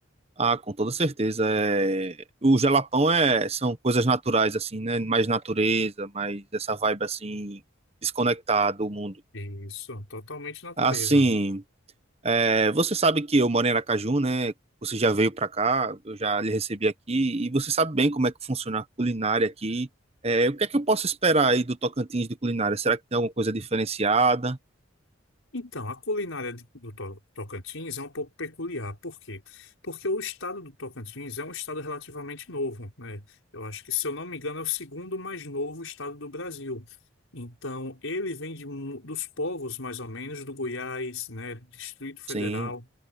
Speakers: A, on the right; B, on the left.
A: Ah, com toda certeza. É... O Jalapão é são coisas naturais assim, né? Mais natureza, mais essa vibe assim desconectada do mundo.
B: Isso, totalmente natureza.
A: Assim,
B: né?
A: É, você sabe que eu moro em Aracaju, né? Você já veio para cá, eu já lhe recebi aqui, e você sabe bem como é que funciona a culinária aqui. É, o que é que eu posso esperar aí do Tocantins de culinária? Será que tem alguma coisa diferenciada?
B: Então, a culinária de- do To- Tocantins é um pouco peculiar. Por quê? Porque o estado do Tocantins é um estado relativamente novo, né? Eu acho que, se eu não me engano, é o segundo mais novo estado do Brasil. Então, ele vem de mu- dos povos, mais ou menos, do Goiás, né, Distrito Federal.
A: Sim,